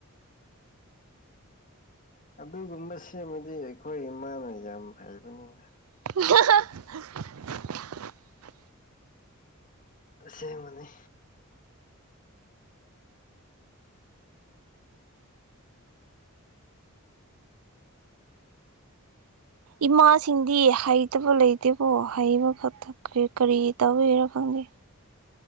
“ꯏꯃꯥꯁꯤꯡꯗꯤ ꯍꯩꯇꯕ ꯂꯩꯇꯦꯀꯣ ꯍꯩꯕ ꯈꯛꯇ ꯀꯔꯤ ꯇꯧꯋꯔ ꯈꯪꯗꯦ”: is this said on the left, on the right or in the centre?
Right